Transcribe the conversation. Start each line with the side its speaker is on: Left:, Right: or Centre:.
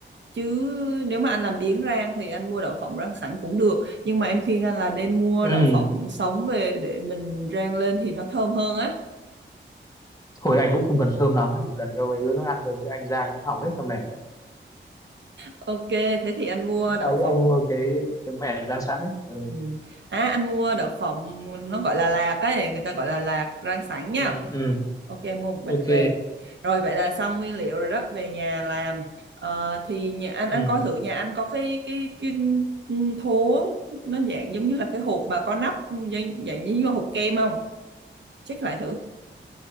Right: Chứ nếu mà anh làm biếng rang thì anh mua đậu phộng rang sẵn cũng được, nhưng mà em khuyên anh là nên mua
Left: ừ.
Right: đậu phộng sống về để mình rang lên thì nó thơm hơn á.
Left: thôi anh cũng không cần thơm lắm anh chỉ cần cho mấy đứa nó ăn rồi chứ anh ra anh hỏng hết cả mẻ đấy
Right: Ok, thế thì anh mua đậu
Left: anh
Right: phộng
Left: anh mua cái cái mẻ rang sẵn đấy ừ.
Right: ừ. À anh mua đậu phộng nó gọi là lạc ấy, người ta gọi là lạc rang sẵn nha.
Left: ừ ừ
Right: Ok mua một bịch
Left: ok
Right: về rồi vậy là xong nguyên liệu rồi đó về nhà làm Ờ, thì nhà anh anh
Left: ừ
Right: coi thử nhà anh có cái cái cái ừ, thố nó dạng giống như là cái hộp mà có nắp ừ, dạng, dạng như hộp kem không check lại thử